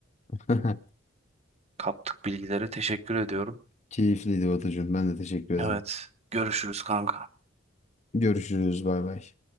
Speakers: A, on the left; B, on the right.
A: <laughs>
B: Kaptık bilgileri. Teşekkür ediyorum.
A: Keyifliydi Batucuğum. Ben de teşekkür ederim.
B: Evet, görüşürüz kanka.
A: Görüşürüz. Bay bay.